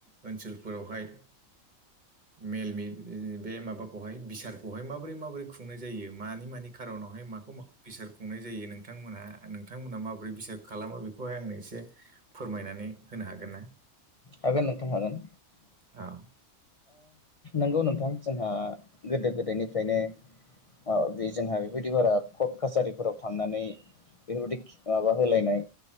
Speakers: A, on the right; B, on the left.
A: ओनसोलफोरावहाय मेल बे माबाखौहाय बिसारखौहाय माबोरै माबोरै खुंनाय जायो मानि मानि खारनावहाय माखौ माखौ बिसार खुंनाय जायो नोंथांमोनहा नोंथांमोनहा माबोरै बिसार खालामो बेखौहाय आंनो एसे? फोरमायना नै होनो हागोन ना?
B: हागोन नोंथां हागोन।
A: औ
B: नंगौ नोंथां जोंहा गोदो गोदायनिफ्रायनो मा बे जोंहा बेबायदि बारा कर्ट कासारिफोराव थांनानै बेफोरबायदि माबा होलायनाय